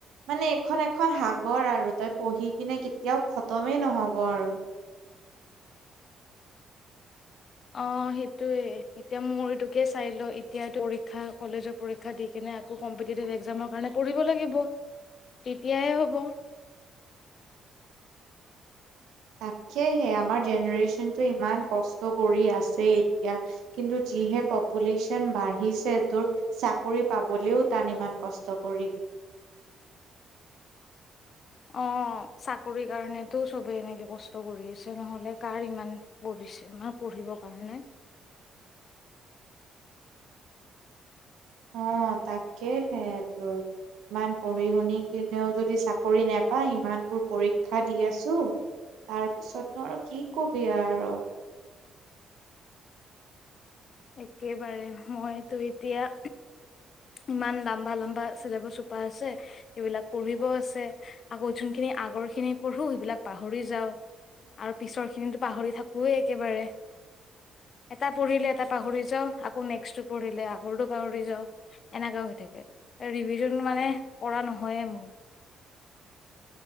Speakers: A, on the right; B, on the left.
A: মানে এইখন এখন সাগৰ আৰু তই পঢ়ি কিনে কেতিয়াও খতমেই নহ'ব আৰু।
B: অ', সেইটোৱে। এতিয়া মোৰ এইটোকে চাই ল' এতিয়া পৰীক্ষা কলেজৰ পৰীক্ষা দি কিনে আকৌ কম্পিটেটিভ একজামৰ কাৰণে পঢ়িব লাগিব, তেতিয়াহে হ'ব।
A: তাকেহে। আমাৰ জেনেৰে্যনতটো ইমান কষ্ট কৰি আছে এতিয়া। কিন্তু যিহে পপুলেশ্যন বাঢ়িছে তোৰ চাকৰি পাবলেও তান ইমান কষ্ট কৰি কিন্তু।
B: অ', চাকৰি কাৰণেতো চবে এনেকে কষ্ট কৰি আছে। নহ'লে কাৰ ইমান পঢ়িছে, আমাৰ পঢ়িবৰ কাৰণে।
A: অ', তাকেহে তোৰ। ইমান পঢ়ি-শুনি কিনেও যদি চাকৰি নোপায়, ইমানবোৰ পৰীক্ষা দি আছোঁ, তাৰপিছতনো আৰু কি কবি আৰু।
B: একেবাৰে মইতো এতিয়া ইমান, লাম্বা-লাম্বা চিলেবাচ সোপা আছে। সেইবিলাক পঢ়িবও আছে। আকৌ যোনখিনি আগৰখিনি পঢ়ো, সেইবিলাক পাহৰি যাওঁ। আৰু পিছৰখিনিতো পাহৰি থাকোঁৱেই একেবাৰে। এটা পঢ়িলে এটা পাহৰি যাওঁ। আকৌ নেক্স্টটো পঢ়িলে আগৰটো পাহৰি যাওঁ। এনেকুৱা হৈ থাকে। ৰিভিজন মানে কৰা নহয়েই মোৰ।